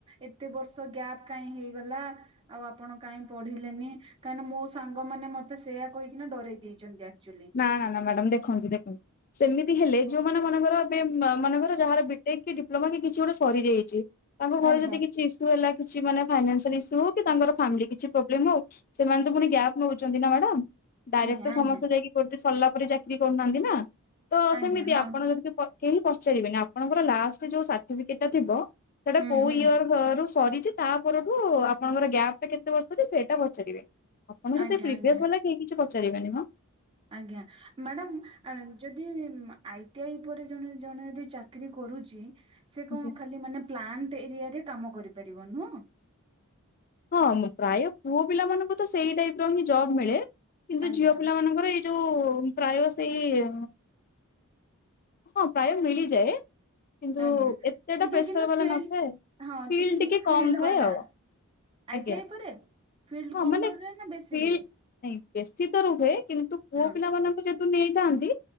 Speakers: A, on the right (about 25°); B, on the left (about 40°).
A: ଏତେ ବର୍ଷ ଗ୍ୟାପ୍ କାହିଁ ହେଇଗଲା? ଆଉ ଆପଣ କାଇଁ ପଢିଲେନି? କାହିଁକିନା ମୋ ସାଙ୍ଗମାନେ ମୋତେ ସେଇଆ କହିକିନା ଡରେଇ ଦେଇଚନ୍ତି ଆକ୍ଚୁଲି।
B: ନା ନା ନା ମ୍ୟାଡ଼ାମ୍ ଦେଖନ୍ତୁ ଦେଖନ୍ତୁ ସେମିତି ହେଲେ ଯୋଉମାନେ ମନେକର ଏବେ ମ-ମନେକର ଯାହାର ବିଟେକ୍ କି ଡିପ୍ଲୋମା କି କିଛି ଗୋଟେ ସରିଯାଇଛି। ତାଙ୍କ ଘରେ
A: ଆଜ୍ଞା
B: ଯଦି କିଛି ଇସ୍ୟୁ ହେଲା କିଛି ମାନେ ଫାଇନାନ୍ସିଆଲ ଇସ୍ୟୁ ହଉ କି ତାଙ୍କର ଫ୍ୟାମିଲି କିଛି ପ୍ରୋବ୍ଲେମ୍ ହଉ। ସେମାନେ ତ ପୁଣି ଗ୍ୟାପ୍ ନଉଛନ୍ତି ନା ମ୍ୟାଡାମ୍। ଡାଇରେକ୍ଟ
A: ଆଜ୍ଞା
B: ତ
A: ଆଜ୍ଞା
B: ସମସ୍ତେ ଯାଇକିି କୋଉଟି ସରିଲା ପରେ ଚାକିରି କରୁନାହାନ୍ତି ନା? ତ
A: ଆଜ୍ଞା
B: ସେମିତି
A: ହଁ
B: ଆପଣ ଯଦି କିଏ ପ କେହି ପଚାରିବେନି। ଆପଣଙ୍କର ଲାଷ୍ଟ ଯୋଉ ସାର୍ଟିଫିକେଟ୍ ଟା ଥିବ ସେଟା
A: ହୁଁ
B: କୋଉ
A: ହୁଁ
B: ଇୟର୍ ସରୁ ସରିଛି ତା ପରଠୁ ଆପଣଙ୍କର ଗ୍ୟାପ୍ ଟା କେତେ ବର୍ଷ ଯେ ସେଇଟା ପଚାରିବେ। ଆପଣଙ୍କୁ
A: ଆଜ୍ଞା
B: ସେ ପ୍ରିଭିୟସ୍
A: ଆଜ୍ଞା
B: ବାଲା କେହି କିଛି ପଚାରିବେନି ମୋ।
A: ଆଜ୍ଞା ମ୍ୟାଡ଼ାମ୍ ଆ, ଯଦି ଉଁ, ଆଇଟିଆଇ ପରେ ଜଣେ ଜଣେ ଯଦି ଚା କିରି କରୁଚି ସେ କଣ
B: ଆଜ୍ଞା
A: ଖାଲି ମାନେ ପ୍ଲାଣ୍ଟ ଏରିଆରେ କାମ କରିପାରିବ ନୁହଁ?
B: ହଁ ପ୍ରାୟ ପୁଅ ପିଲାମାନଙ୍କୁ ତ ସେଇ ଟାଇପ ର ହିଁ ଜବ୍ ମିଳେ କିନ୍ତୁ
A: ଆଜ୍ଞା
B: ଝିଅ ପିଲା ମାନଙ୍କର ଏଇ ଯୋଉ ପ୍ରାୟ ସେଇ ହଁ, ପ୍ରାୟ ମିଳିଯାଏ। କିନ୍ତୁ
A: ଆଜ୍ଞା
B: ଏତେଟା
A: ଟିକେ
B: ପ୍ରେସର
A: କିନ୍ତୁ
B: ବାଲା
A: ଫିଲ୍ଡ
B: ନଥାଏ।
A: ହଁ
B: ଫିଲ୍
A: ଟିକେ କିନ୍ତୁ ଫିଲ୍ଡ
B: କମ୍ ଥାଏ
A: ବାଲା।
B: ଆଉ
A: ଆଇ
B: ଆଜ୍ଞା
A: ଟି ଆଇ ପରେ। ଫିଲ୍ଡ
B: ହଁ,
A: କମ
B: ମାନେ
A: ରୁହେ ନା ବେଶୀ
B: ଫିଲ୍ଡ
A: ରୁହେ
B: ନାହିଁ ବେଶୀ ତ ରୁହେ କିନ୍ତୁ ପୁଅ
A: ହଁ
B: ପିଲା ମାନଙ୍କୁ ଯଦି ନେଇଥାନ୍ତି